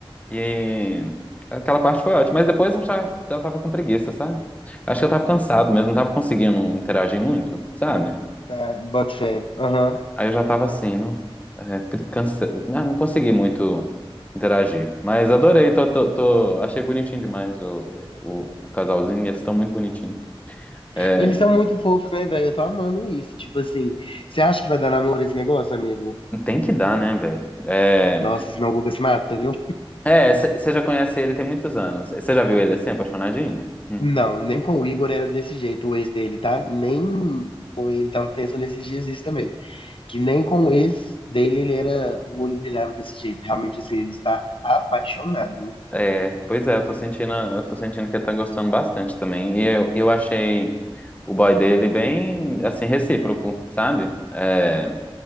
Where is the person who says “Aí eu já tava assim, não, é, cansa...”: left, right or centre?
Left